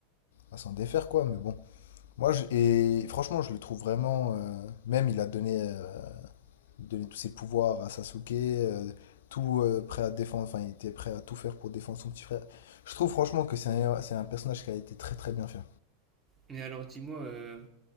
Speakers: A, on the left (about 70°); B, on the right (about 20°).
A: à s'en défaire, quoi. Mais bon, moi, je- et franchement, je le trouve vraiment. euh, même, il a donné, euh, donné tous ses pouvoirs à Sasuke, euh, tout euh, prêt à défendre. Enfin, il était prêt à tout faire pour défendre son petit frère. Je trouve franchement que c'est un, c'est un personnage qui a été très très bien fait.
B: Mais alors dis-moi, euh,